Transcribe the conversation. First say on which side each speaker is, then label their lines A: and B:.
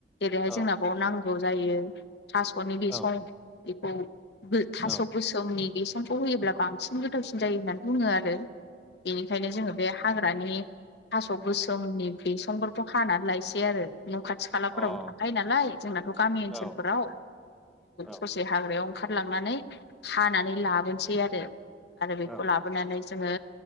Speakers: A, on the left; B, in the centre.
A: जेरैहाय
B: औ
A: जोंना बाव नांगौ जायो थास'नि बिसं
B: औ
A: बेखौ थास'
B: औ अ
A: गोसोमनि बेसंखौ होयोब्ला बांसिन गोथावसिन जायो होननानै बुङो आरो। बेनिखायनो जोङो बे हाग्रा हाग्रानि थास' गोसोमनि बिसंफोरखौ हानानै लायसै आरो न' खाथि खालाफोरावनो
B: अ
A: थाखायो नालाय जोंनाथ' गामि ओनसोलफोराव
B: औ औ
A: ससे हाग्रायाव ओंखारलांनानै हानानै लाबोनोसै आरो आरो बेखौ
B: औ
A: लाबोनानै जोङो